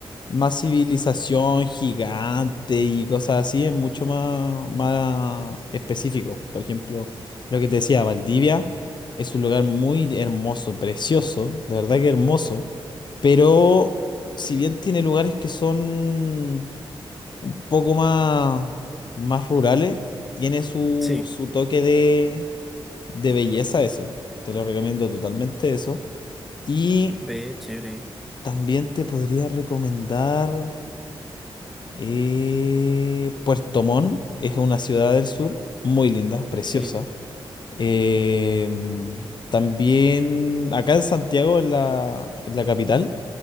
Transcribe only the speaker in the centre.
sí.
Ve, chévere.
Sí,